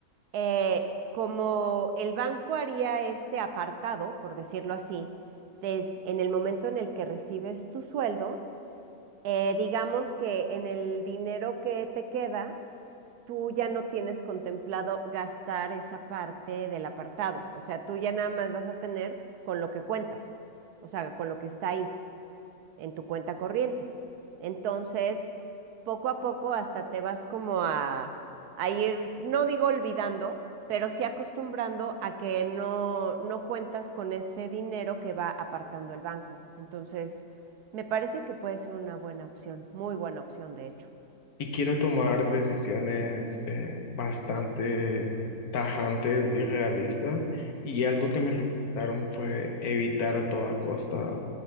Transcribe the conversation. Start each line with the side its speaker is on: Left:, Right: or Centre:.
Right: eh, como el banco haría este apartado, por decirlo así, des- en el momento en el que recibes tu sueldo, eh, digamos que en el dinero que te queda, tú ya no tienes contemplado gastar esa parte del apartado. O sea, tú ya nada más vas a tener con lo que cuentas, o sea, con lo que está ahí en tu cuenta corriente. Entonces, poco a poco hasta te vas como a, a ir, no digo olvidando, pero sí acostumbrando a que no, no cuentas con ese dinero que va apartando el banco. Entonces, me parece que puede ser una buena opción, muy buena opción, de hecho.
Left: Y quiero tomar decisiones eh, bastante tajantes y realistas y algo que me recomendaron fue evitar a toda costa